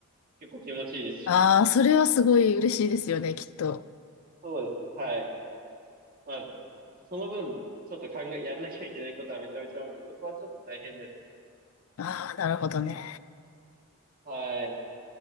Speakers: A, on the right; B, on the left.
A: 結構気持ちいいですし、
B: ああ、それはすごい嬉しいですよね、きっと。
A: そうですね、はい。まあ、その分、ちょっと考え、やらなきゃいけないことはめちゃめちゃ多いんで、そこはちょっと大変ですけどね。
B: ああ、なるほどね。
A: はい、